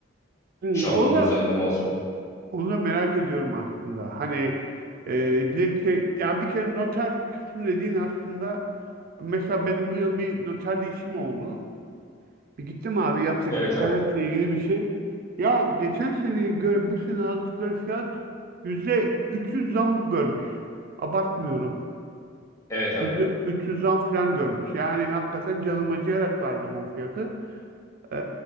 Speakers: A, on the right (about 50°); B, on the left (about 15°).
A: Hmm,
B: Şablon
A: Onu da,
B: düzenleme olsun.
A: onu da merak ediyorum aslında. Hani e, dilekçe ya bir kere noter kısmı dediğin aslında mesela benim bu yıl bir noter değişimi oldu. Bir gittim abi yaptık
B: Evet
A: vekaletle
B: abi.
A: ilgili bir şey. Ya geçen seneye göre bu sene aldıkları fiyat yüzde 300 zam görmüş. Abartmıyorum.
B: Evet abi.
A: Yüzü- 300'den falan görmüş. Yani hakikaten canım acıyarak verdim o fiyatı. Ee,